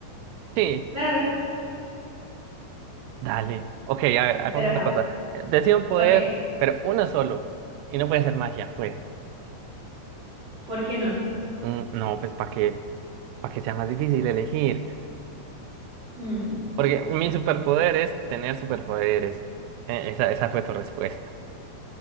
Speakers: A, on the right; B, on the right.
A: Sí,
B: Claro.
A: dale. Ok, a ver, hagamos
B: Pero ajá.
A: una cosa. Eh, Decide un poder,
B: Ok.
A: pero uno solo. Y no puede ser magia, pues.
B: ¿Por qué no?
A: Mm, no, pues para que, para que sea más difícil elegir.
B: Mm,
A: Porque mi superpoder es tener superpoderes. Eh, esa, esa fue tu respuesta.